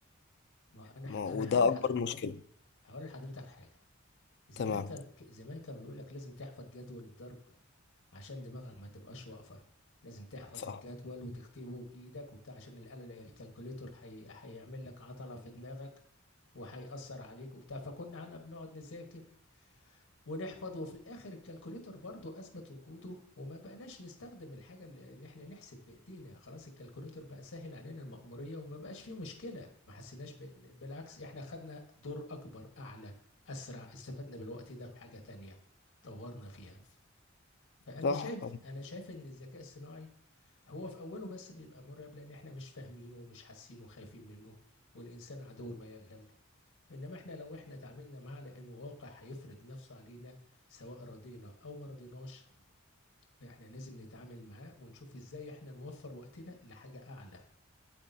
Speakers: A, on the left; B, on the left.
A: ما هو أنا
B: ما-
A: أنا
B: وده
A: هقول لحضرتك
B: اكبر مشكلة
A: هقول لحضرتك حاجة زمان
B: تمام
A: كان ك- زمان كانوا بيقول لك لازم تحفظ جدول الضرب عشان دماغك ما تبقاش واقفة لازم تحفظ
B: صح
A: الجدول وتكتبه بإيدك وبتاع عشان الآلة الكالكوليتور حي... هيعمل لك عطلة في دماغك وهيأثر عليك وبتاع فكنا احنا بنقعد نذاكر ونحفظ وفي الآخر الكالكوليتور برضو أثبت وجوده وما بقناش نستخدم الحاجة اللي إن احنا نحسب بإيدينا خلاص الكالكوليتور بقى سهل علينا المأمورية وما بقاش فيه مشكلة ما حسيناش ب... بالعكس احنا خدنا دور أكبر أعلى أسرع استفدنا بالوقت ده في حاجة تانية طورنا فيها فانا
B: صح
A: شايف انا شايف ان الذكاء الصناعي هو في اوله بس بيبقى مرعب لان احنا مش فاهمينه ومش حاسينه وخايفين منه والانسان عدو ما يجهل انما احنا لو احنا تعاملنا معاه لانه واقع هيفرض نفسه علينا سواء رضينا او ما رضيناش فاحنا لازم نتعامل معاه ونشوف ازاي احنا نوفر وقتنا لحاجة اعلى